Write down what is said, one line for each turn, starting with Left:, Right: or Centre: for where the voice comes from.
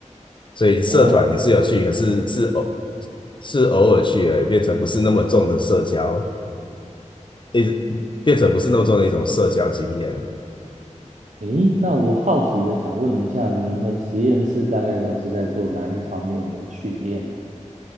Left: 所以社团也是有趣，
Right: 哦，
Left: 可是是偶是偶尔去而已变成不是那么重的社交，一直变成不是那么重的一种社交经验。
Right: 诶，那我好奇的想问一下，你们实验室大概都是在做哪一方面的训练？